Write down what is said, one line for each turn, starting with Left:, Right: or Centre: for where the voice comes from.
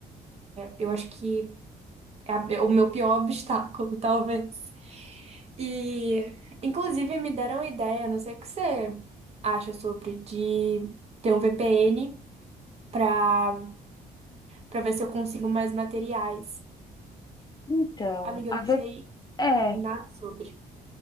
Right: Eu acho que É a- é o meu pior obstáculo, <laughs> talvez. E, inclusive, me deram a ideia, não sei o que você acha sobre, de ter um VPN para para ver se eu consigo mais materiais.
Left: Então,
Right: Amiga,
Left: a
Right: eu não
Left: V,
Right: sei
Left: é,
Right: nada sobre.